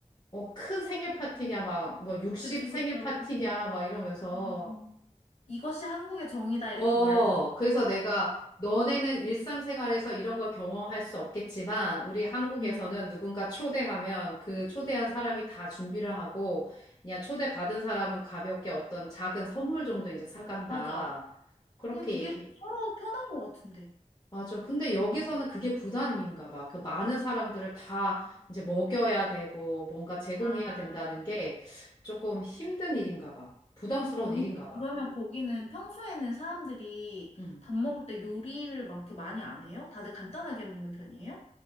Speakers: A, on the left (about 30°); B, on the left (about 55°).
A: 어, 큰 생일 파티냐 막 뭐 60
B: 그쵸,
A: 생일
B: 그쵸.
A: 파티냐 막 이러면서
B: 음, 이것이 한국의 정이다 이렇게
A: 어,
B: 말해줘.
A: 그래서 내가 너네는 일상생활에서 이런 걸 경험할 수 없겠지만 우리 한국에서는
B: 음,
A: 누군가 초대하면 그 초대한 사람이 다 준비를 하고 그냥 초대받은 사람은 가볍게 어떤 작은 선물 정도 이제 사간다.
B: 맞아.
A: 그렇게
B: 그냥 그게
A: 얘기.
B: 서로 편한 것 같은데.
A: 맞아. 근데 여기서는
B: 음.
A: 그게 부담인가 봐. 그 많은 사람들을 다
B: 음.
A: 이제 먹여야 되고 뭔가 제공해야
B: 아.
A: 된다는 게 조금 힘든 일인가 봐. 부담스러운
B: 아, 언니,
A: 일인가
B: 그러면
A: 봐.
B: 거기는 평소에는 사람들이
A: 음.
B: 밥 먹을 때 요리를 막 이렇게 많이 안 해요? 다들 간단하게 먹는 편이에요?